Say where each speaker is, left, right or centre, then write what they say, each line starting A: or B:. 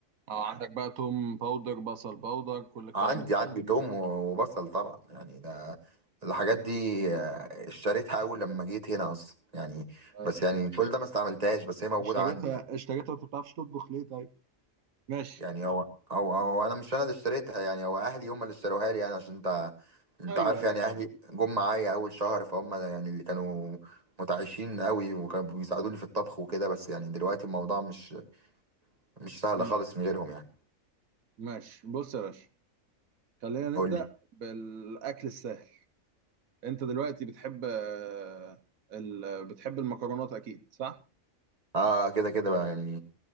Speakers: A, on the right (about 85°); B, on the right (about 30°).
A: اه عندك بقى توم باودر بصل باودر كل الكلام
B: عندي
A: ده
B: عندي توم و- وبصل طبعا يعني ده الحاجات دي آه، اشتريتها اول لما جيت هنا اصلا يعني
A: ايوه
B: بس يعني كل ده ما استعملتهاش بس هي موجوده
A: اشتريتها
B: عندي يعني
A: اشتريتها انت ما بتعرفش تطبخ ليه طيب ماشي
B: يعني هو هو هو انا مش انا اللي اشتريتها يعني هو اهلي هم اللي اشتروها لي يعني عشان انت انت
A: ايوه
B: عارف
A: ايوه
B: يعني اهلي جم معايا اول شهر فهم يعني اللي كانوا متعايشين قوي وكانوا بيساعدوني في الطبخ وكده بس يعني دلوقتي الموضوع مش مش سهلة
A: مم.
B: خالص من غيرهم يعني
A: ماشي بص يا باشا خلينا نبدا
B: قول لي
A: بالاكل السهل انت دلوقتي بتحب آه، ال... بتحب المكرونات اكيد صح
B: اه كده كده بقى يعني